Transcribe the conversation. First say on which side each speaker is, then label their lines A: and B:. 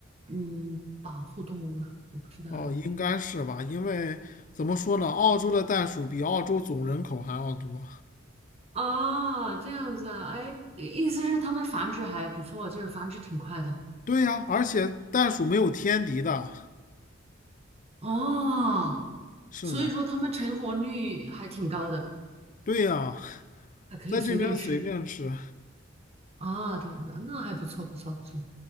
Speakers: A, on the right; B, on the left.
A: 嗯保护动物啊？我不知道哎。
B: 哦，应该是吧？因为怎么说呢，澳洲的袋鼠比澳洲总人口还要多。
A: 啊，这样子啊，哎，意思是它们繁殖还不错，就是繁殖挺快的。
B: 对呀，而且袋鼠没有天敌的。
A: 哦，
B: 是的，
A: 所以说它们成活率还挺高的，
B: 对呀，
A: 还可以随便吃。
B: 在这边随便吃。
A: 啊，这样子啊，那还不错，不错，不错。